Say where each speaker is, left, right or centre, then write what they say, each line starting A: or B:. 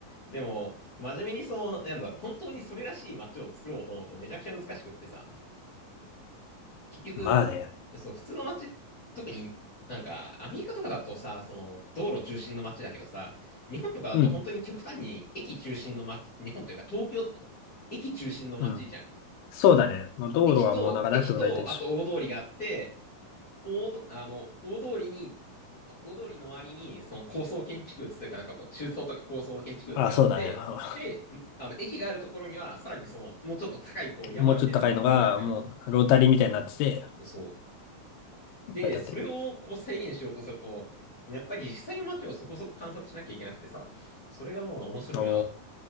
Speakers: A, on the left; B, on the left.
A: でも、真面目にその、なんだろう、本当にそれらしい街を作ろうと思うとめちゃくちゃ難しくってさ、結局、
B: まあね。
A: そう、普通の街、特になんか、アメリカとかだとさ、その、道路中心の街だけどさ、日本とかだと本当に極端に駅中心の街、
B: うん。
A: 日本というか東京だと、駅中心の街じゃん。
B: うん。そうだね。まあ、道路はもうなんかなくても大体でしょ。
A: 駅と、駅と、あと大通りがあって、大ど、あの、大通りに、大通りの周りに、その高層建築物というか、なんかこう、中層とか高層建築物があって、
B: あ、そうだね。あの
A: で、んあの、駅があるところには、さらにその、もうちょっと高い、こう、山みたいなのができてるわけじゃん。
B: もうちょっと高いのが、もう、ロータリーみたいになってて、
A: そう。で、
B: いっぱい立ってるみたいな。
A: それをこう再現しようとすると、やっぱり実際の街をそこそこ観察しなきゃいけなくてさ、それがもう面白いな。
B: ああ、